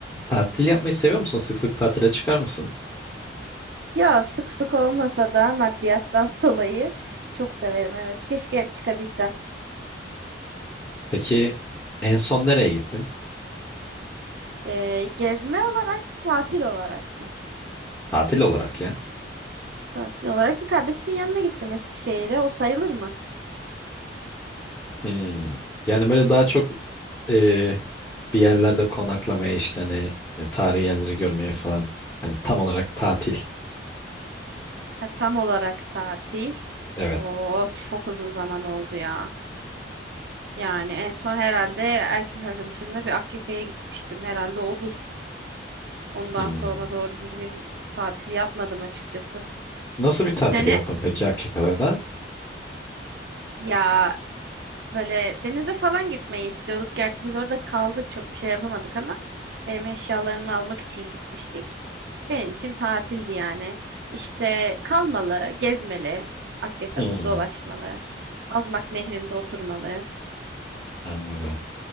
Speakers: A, on the left (about 15°); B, on the right (about 60°).
A: Tatil yapmayı seviyor musun? Sık sık tatile çıkar mısın?
B: Ya sık sık olmasa da maddiyattan <laughs> dolayı çok severim evet. Keşke hep çıkabilsem.
A: Peki en son nereye gittin?
B: Ee, gezme olarak, tatil olarak mı?
A: Tatil olarak ya.
B: Tatil olarak bir kardeşimin yanına gittim Eskişehir'e. O sayılır mı?
A: Hmm. Yani böyle daha çok e, bir yerlerde konaklamaya işte hani e, tarihi yerleri görmeye falan. Hani tam olarak tatil.
B: Ha, tam olarak tatil.
A: Evet.
B: Oo, çok uzun zaman oldu ya. Yani en son herhalde erkek arkadaşımla bir Akyaka'ya gitmiştim. Herhalde odur. Ondan
A: Hmm.
B: sonra doğru düzgün tatil yapmadım açıkçası.
A: Nasıl bir tatil
B: Senin?
A: yaptın peki Akika'da?
B: Ya Böyle denize falan gitmeyi istiyorduk. Gerçi biz orada kaldık çok bir şey yapamadık ama benim eşyalarımı almak için gitmiştik. Benim için tatildi yani. İşte kalmalı, gezmeli, Akyaka'da
A: Hmm.
B: dolaşmalı, Azmak Nehri'nde oturmalı.
A: Anladım.